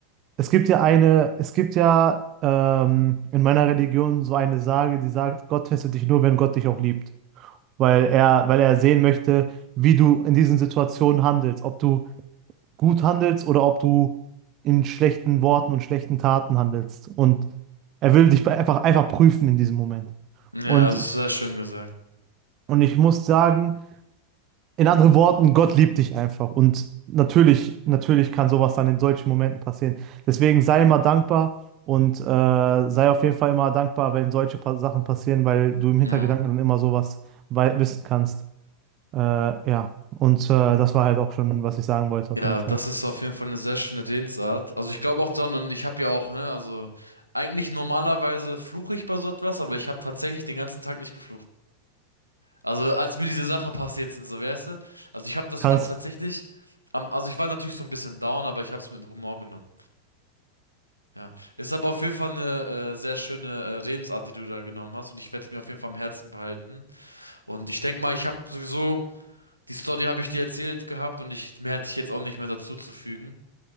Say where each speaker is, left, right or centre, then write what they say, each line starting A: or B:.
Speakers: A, on the right (about 35°); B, on the right (about 90°).
A: es gibt ja eine, es gibt ja ähm, in meiner Religion so eine Sage, die sagt, Gott testet dich nur, wenn Gott dich auch liebt. Weil er, weil er sehen möchte, wie du in diesen Situationen handelst, ob du gut handelst oder ob du in schlechten Worten und schlechten Taten handelst. Und er will dich einfach, einfach prüfen in diesem Moment.
B: Ja,
A: Und,
B: das ist sehr schön gesagt.
A: und ich muss sagen, in anderen Worten, Gott liebt dich einfach. Und natürlich, natürlich kann sowas dann in solchen Momenten passieren. Deswegen sei immer dankbar und äh, sei auf jeden Fall immer dankbar, wenn solche pa Sachen passieren, weil du im Hintergedanken
B: Ja.
A: dann immer sowas wei- wissen kannst. Äh, ja, und äh, das war halt auch schon, was ich sagen wollte, auf
B: Ja,
A: jeden Fall.
B: das ist auf jeden Fall eine sehr schöne Redensart. Also ich glaube auch dann, und ich habe ja auch, ne, also eigentlich normalerweise fluche ich bei so etwas, aber ich habe tatsächlich den ganzen Tag nicht geflucht. Also als mir diese Sachen passiert sind, so weißt du. Also ich habe das
A: Kannst.
B: sogar tatsächlich, am, also ich war natürlich so ein bisschen down, aber ich habe es mit Humor genommen. Ja, ist aber auf jeden Fall eine äh, sehr schöne äh, Redensart, die du da genommen hast, und ich werde es mir auf jeden Fall am Herzen behalten. Und ich denke mal, ich habe sowieso die Story habe ich dir erzählt gehabt und ich mehr hätte ich jetzt auch nicht mehr dazu zu fügen.